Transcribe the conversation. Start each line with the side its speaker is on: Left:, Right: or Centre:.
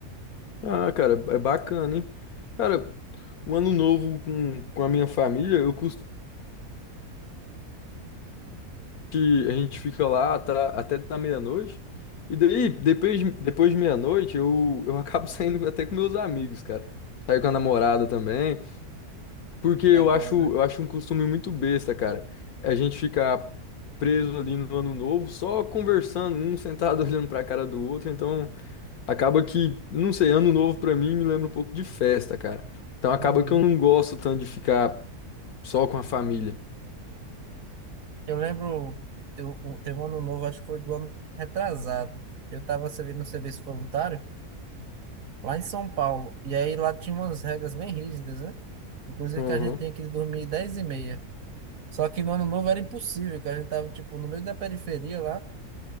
Left: Ah, cara, é bacana, hein? Cara, o ano novo com, com a minha família, eu costumo que a gente fica lá tá- até da meia-noite. E daí, depois, de- depois de meia-noite, eu, eu acabo <laughs> saindo até com meus amigos, cara. Saio com a namorada também. Porque eu
Right: É bom,
Left: acho,
Right: né?
Left: eu acho um costume muito besta, cara. A gente ficar preso ali no ano novo, só conversando, um sentado <laughs> olhando pra cara do outro. Então, acaba que, não sei, ano novo pra mim me lembra um pouco de festa, cara. Então, acaba
Right: Uhum.
Left: que eu não gosto tanto de ficar só com a família.
Right: Eu lembro, teve um um, teve um ano novo, acho que foi do ano retrasado. Eu estava servindo serviço voluntário lá em São Paulo. E aí lá tinha umas regras bem rígidas, né? Inclusive
Left: Uhum.
Right: que a gente tinha que dormir 10 e meia. Só que no ano novo era impossível, que a gente tava, tipo, no meio da periferia lá.